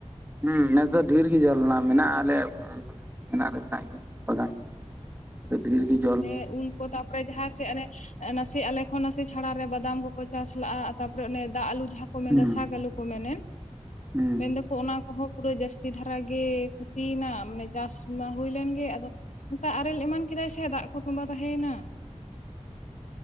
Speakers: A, on the right; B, on the left.
A: ᱦᱩᱸ ᱱᱮᱥ ᱫᱚ ᱰᱷᱮᱨ ᱜᱮ ᱡᱚ ᱞᱮᱱᱟ ᱢᱮᱱᱟᱜᱼᱟ ᱟᱞᱮᱭᱟᱜ ᱵᱚᱞᱮ ᱢᱮᱱᱟᱜ ᱫᱟ ᱢᱮᱱᱟᱜ ᱜᱮᱭᱟ ᱵᱟᱜᱟᱱ ᱠᱚ᱾ ᱟᱫᱚ ᱰᱷᱤᱨ ᱜᱮᱡ
B: ᱦᱮᱸ ᱩᱞ ᱠᱚ ᱛᱟᱯᱚᱨᱮ ᱡᱟᱦᱟᱸ ᱥᱮᱫ ᱚᱱᱮ ᱮ ᱱᱟᱥᱮ ᱟᱞᱮ ᱠᱷᱚᱱ ᱱᱟᱥᱮ ᱪᱷᱟᱲᱟ ᱨᱮ ᱵᱟᱫᱟᱢ ᱠᱚᱠᱚ ᱪᱟᱥ ᱞᱟᱜᱼᱟ ᱛᱟᱯᱚᱨᱮ ᱫᱟᱜ ᱟᱞᱩ ᱡᱟᱦᱟᱸ ᱠᱚ ᱢᱮᱱᱫᱟ
A: ᱦᱩᱸ
B: ᱥᱟᱜ ᱟᱞᱩ ᱠᱚ ᱢᱮᱱᱮᱱ,
A: ᱦᱩᱸ
B: ᱢᱮᱱᱫᱟ ᱠᱚ ᱚᱱᱟ ᱠᱚᱦᱚᱸ ᱯᱩᱨᱟᱹ ᱡᱟᱹᱥᱛᱤ ᱫᱷᱟᱨᱟ ᱜᱮ ᱠᱷᱚᱛᱤᱭᱱᱟ ᱢᱟᱱᱮ ᱪᱟᱥ ᱢᱟ ᱦᱩᱭ ᱞᱮᱱ ᱜᱮ ᱟᱫᱚ ᱚᱱᱠᱟ ᱟᱨᱮᱞ ᱮᱢᱟᱱ ᱠᱮᱫᱟᱭ ᱥᱮ ᱫᱟᱜ ᱠᱚ ᱛᱚᱸᱵᱟ ᱛᱟᱦᱮᱸᱭᱮᱱᱟ᱾